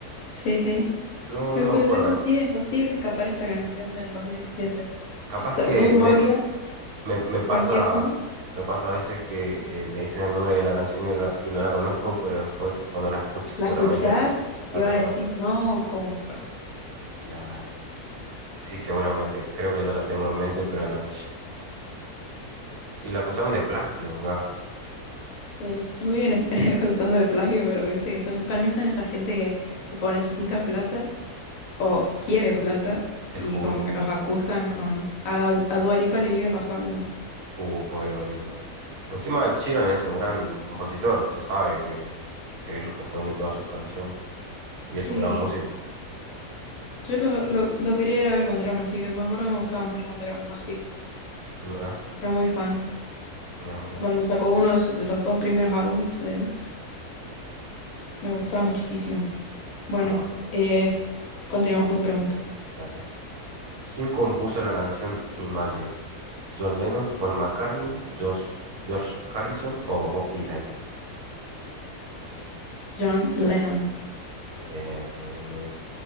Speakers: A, on the left; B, on the right.
A: Sí, sí.
B: No,
A: Eh,
B: no me
A: Fue
B: acuerdo.
A: reconocida e imposible escapar esta canción del 2017.
B: Capaz
A: Esta-
B: que
A: ¿vos, vos
B: me,
A: abrías
B: me, me pasa,
A: cualquier cosa?
B: me pasa a veces que eh, me dicen el nombre de la canción y, la- y no la conozco, pero después cuando la escuches
A: ¿La
B: seguramente
A: escuchás?
B: la, la
A: Iba
B: reconoces.
A: a decir, no, ¿cómo fue?
B: La, sí, seguramente. Creo que ya la tengo en mente, pero no. Y la acusaron de plagio, ¿verdad?
A: Sí, no viven ac- <laughs> acusando de plagio, pero viste que son, para mí son esa gente que tipo necesita plata o quiere plata
B: Te
A: y
B: juro.
A: como que los acusan con... A, a Dua Lipa le vive pasando.
B: Uh, pobre Dua Lipa. Encima Ed Sheeran es un gran compositor, se sabe que, que él compone todas sus canciones. Y
A: Sí,
B: es un gran músico.
A: yo lo, lo, lo quería ir a ver cuando era más chica, me acuerdo que me gustaba mucho cuando era más chica,
B: Mira,
A: era muy fan.
B: mira, mira.
A: Cuando sacó uno de, su- de los dos primeros álbumes de él, me gustaba muchísimo. Bueno,
B: Mueve,
A: eh, continuamos con tu pregunta.
B: dale. ¿Quién compuso la canción Imagine? ¿John Lennon, Paul McCartney, Josh- George Harrison o Bob Dylan?
A: John Lennon.
B: Muy bien, muy bien, muy bien.